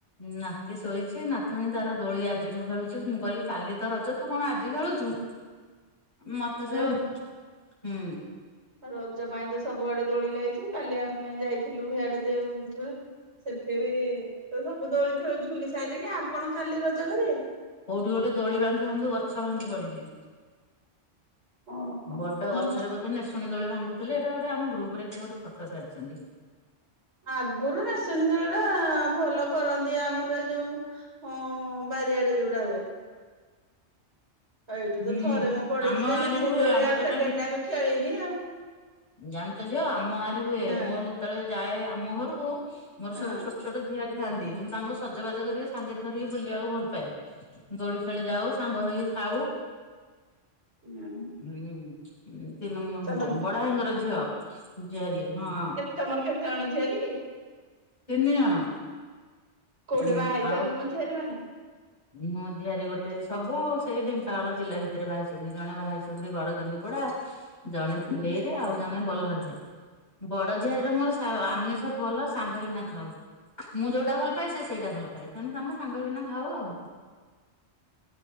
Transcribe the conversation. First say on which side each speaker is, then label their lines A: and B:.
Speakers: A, on the left; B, on the right.
A: ନାତି ଶୋଇଛି। ନାତୁଣୀ ତାର ଦୋଳି ଆଜିଠୁ ଖେଳୁଛି। ମୁଁ କହିଲି କାଲି ତ ରଜ ତୁ କଣ ଆଜି ଖେଳୁଛୁ।
B: <inaudible>
A: ମୋତେ ସେ,
B: ରଜ
A: ହୁଁ
B: ରଜ ପାଇଁ ତ ସବୁଆଡେ ଦୋଳି ଲାଗିଛି। କାଲି ଆମେ ଯାଇଥିଲୁ ହିଆଡେ ଯେ ଭୁବନେଶ୍ୱର ସେଠି ବି ତ ସବୁ ଦୋଳି ଥାଉ ଝୁଲି ସାଇଲେଣି ଆଉ କଣ କାଲି ରଜ କରିବେ।
A: କୋଉଠି ଗୋଟେ ଦୋଳି ବାନ୍ଧୁ ବାନ୍ଧୁ ଗଛ ଭାଙ୍ଗି ପଡିଛି।
B: ଓହୋ
A: ବଡ ଗଛରେ
B: ମୁଁ
A: ବୋଧେ ନିସୁଣୀ ଦୋଳି ବାନ୍ଧୁ ଥିଲେ। ଏଟା ଗୋଟେ ଆମ ଗ୍ରୁପ୍ ରେ କିଏ ଗୋଟେ ଫଟୋ ଛାଡିଛନ୍ତି।
B: ଆଗୁରୁ ନେସୁଣି ଦୋଳି ଟା ଭଲ କରନ୍ତି ଆମର ଏ ଯୋଉ ହଁ ବାରିଆଡେ ଯୋଉଟା ହୁଏ। ଏଇଠୁ ତ
A: ହୁଁ
B: ଥରେ ମୁଁ ପଡିଛି
A: ଆମ
B: ଯେ
A: ଗାଁରେ
B: ନେସିଣୀ
A: ବି ହୁଏ
B: ଦୋଳି
A: ଆମ୍ବ
B: ଆଉ
A: ତୋଟା
B: ସେକେଣ୍ଡ ଟାଇମ୍ ଖେଳିନି ଆଉ।
A: ଜାଣିଚ ଝିଅ ଆମ ଗାଁରେ ହୁଏ।
B: ହଁ
A: ମୋର ଯେ ତେଳେ ଯାଏ ଆମ ଘରକୁ ମୋର
B: ହଁ
A: ସବୁ ଛୋଟ, ଛୋଟ ଝିଆରୀ ଥାଆନ୍ତି, ମୁଁ ତାଙ୍କୁ ସଜବାଜ କରିକି ସାଙ୍ଗରେ ଧରିକି ବୁଲିବାକୁ ଭଲ ପାଏ। ଦୋଳି ଖେଳି ଯାଉ, ସାଙ୍ଗ ହେଇକି ଖାଉ।
B: ହୁଁ।
A: ହୁଁ, ଉଁ, ତିନି ନମବ
B: ତମ
A: ବଡ଼ ଭାଇଙ୍କର ଝିଅ, ଝିଆରୀ ହଁ
B: ତୋମର କେତେ ଜଣ ଝିଆରୀ କି?
A: ତିନି ଜଣ।
B: କୋଉଠି
A: ଉଁ
B: ବାହା ହେଇଛନ୍ତି
A: ଆଉ
B: ତୋମ ଝିଆରୀ ମାନେ?
A: ମୋ ଝିଆରୀ ଗୋଟେ, ସବୁ ସେଇ ଢେଙ୍କାନାଳ ଜିଲ୍ଲା ଭିତରେ ବାହା ହେଇଛନ୍ତି। ଜଣେ ବାହା ହେଇଛନ୍ତି ଗଡ଼କେନ୍ଦୁପଡ଼ା। ଜଣେ କୁଲେଇରେ, ଆଉ ଜଣେ ବହ୍ଲରରେ। ବଡ ଝିଆରୀ ର ମୋର ସାଅ ଆମେ ସବୁ ଭଲ ସାଙ୍ଗ ହେଇକିନା ଖାଉ। ମୁଁ ଯୋଉଟା ଭଲ ପାଏ, ସେ ସେଇଟା ଭଲ ପାଏ। ତେଣୁ ଆମେ ସାଙ୍ଗ ହେଇକିନା ଖାଉ ଆଉ।